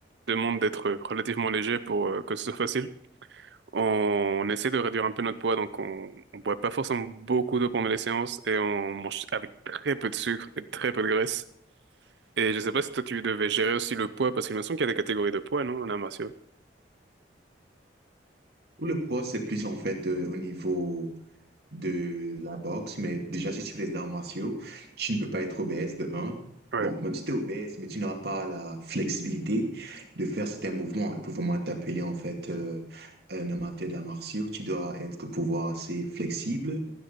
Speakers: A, on the right (about 75°); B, on the right (about 60°).
A: demande d'être relativement léger pour euh, que ce soit facile, on, essaie de réduire un peu notre poids, donc on, on boit pas forcément beaucoup d'eau pendant les séances et on mange avec très peu de sucre et très peu de graisse. Et je sais pas si toi tu devais gérer aussi le poids parce qu'il me semble qu'il y a des catégories de poids, non, en arts martiaux.
B: Pour le poids, c'est plus en fait euh, au niveau de la boxe, mais déjà, si tu fais les arts martiaux, tu ne peux pas être obèse de un.
A: Ouais.
B: Bon, même si tu es obèse, mais tu n'auras pas la flexibilité de faire certains mouvements. Et pour vraiment t'appeler, en fait, euh, un amateur d'arts martiaux, tu dois être pouvoir assez flexible.